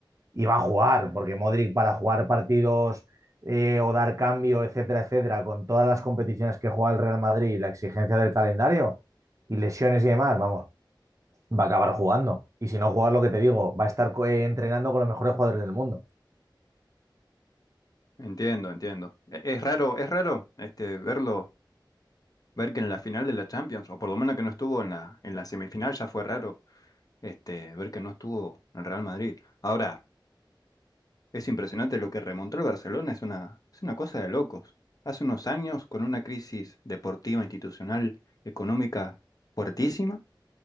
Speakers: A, on the right; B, on the left.
A: Y va a jugar, porque Modric para jugar partidos eh, o dar cambio, etcétera, etcétera, con todas las competiciones que juega el Real Madrid y la exigencia del calendario y lesiones y demás, vamos, va a acabar jugando. Y si no juegas, lo que te digo, va a estar co- eh, entrenando con los mejores jugadores del mundo.
B: Entiendo, entiendo. E- Es raro, es raro este verlo, ver que en la final de la Champions, o por lo menos que no estuvo en la, en la semifinal, ya fue raro, este, ver que no estuvo en Real Madrid. Ahora, es impresionante lo que remontó el Barcelona, es una, es una cosa de locos. Hace unos años, con una crisis deportiva, institucional, económica fuertísima,